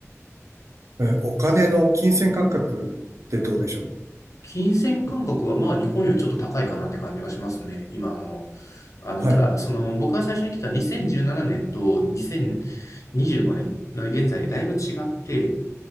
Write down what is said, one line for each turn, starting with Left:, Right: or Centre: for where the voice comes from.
Right: えーお金の金銭感覚ってどうでしょう
Left: 金銭感覚はまあ日本よりちょっと高いかなって感じがしますね。今あの、あの、
Right: はい。
Left: ただ、その僕が最初に来た2017年と2025年の現在だいぶ違って、